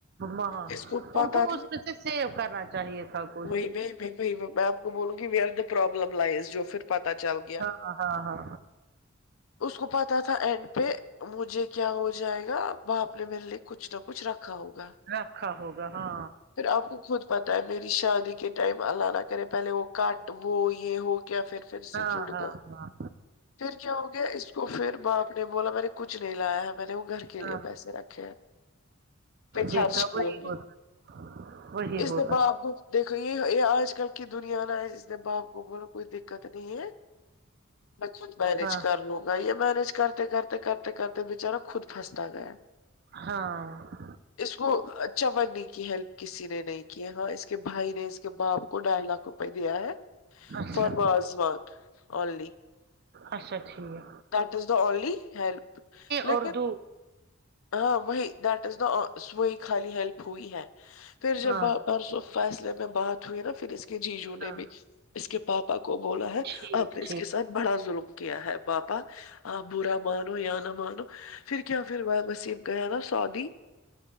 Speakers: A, on the right; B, on the left.
A: ہاں
B: اس کو پتا
A: ان
B: تھا
A: اس میں سیو کرنا چاہیے تھا ب
B: وہ میں آپ کو بولوں گی we are the problem lies جو پھر پتا چل گیا
A: ہاں ہاں ہاں
B: اس کو پتا تھا اینڈ پہ مجھے کیا ہو جائے گا باپ نے مل نے کچھ نہ کچھ رکھا ہوگا
A: رکھا ہوگا ہاں
B: پھر آپ کو خود پتہ ہے میری شادی کے ٹائم اللہ نہ کرے پہلے وہ کٹ وہ یہ ہو گیا پھر پھر سے
A: ہاں
B: جڑ
A: ہاں
B: گیا
A: ہاں
B: پھر کیا ہو گیا اس کو پھر باپ نے بولا میں نے کچھ نہیں لایا ہے میں نے وہ گھر کے لیے
A: ہاں
B: پیسے رکھے ہیں پہ خرچ
A: دیکھا
B: کیے
A: وہی
B: گے
A: ہوتا وہی ہو
B: اس نے باپ کو دیکھو یہ یہ آج کل کی دنیا ہے نا باپ کو بولا کوئی دکت نہیں ہے میں خود مینج
A: ہاں
B: کرلوں گا یہ مینج کرتے کرتے کرتے کرتے بچارا خود پھستا گیا
A: ہاں
B: اس کو اچھا بنے کی ہیلپ کسی نے نہیں کی ہاں اس کے بھائی نے اس کے باپ کو ڈھائی لاکھ روپے دیا ہے
A: اچھا
B: فار بازوان اونلی
A: اچھا ٹھیک ہے
B: that is the only help لیکن
A: اردو
B: ہاں وہی ڈیٹ از دا ا وہی خالی ہیلپ ہوئی ہے پھر جب
A: ہاں
B: اور سب فیصلے میں بات ہوئی نا پھر اس کے جی جو
A: ہاں
B: نے بھی اس کے پاپا کو بولا ہے
A: ٹھیک
B: آپ نے
A: ٹھیک
B: اس کے ساتھ بڑا ظلم کیا ہے باپا آپ برا مانو یا نہ مانو پھر کیا پھر پاپا آصف گیا نا سعودی